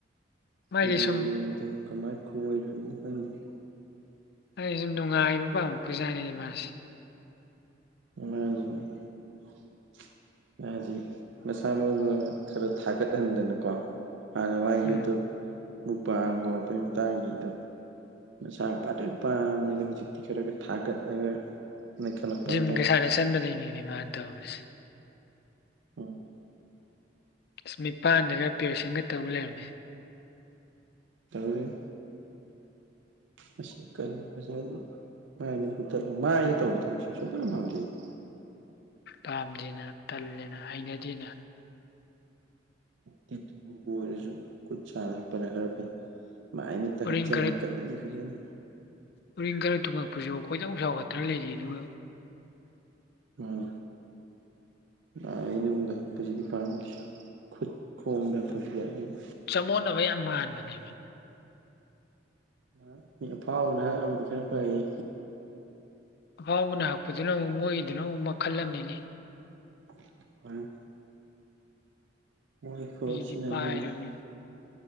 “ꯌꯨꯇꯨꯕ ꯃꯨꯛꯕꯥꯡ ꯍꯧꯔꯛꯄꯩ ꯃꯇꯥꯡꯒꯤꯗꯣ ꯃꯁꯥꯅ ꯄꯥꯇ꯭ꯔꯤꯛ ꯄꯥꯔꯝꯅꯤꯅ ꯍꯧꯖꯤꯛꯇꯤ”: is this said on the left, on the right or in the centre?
Right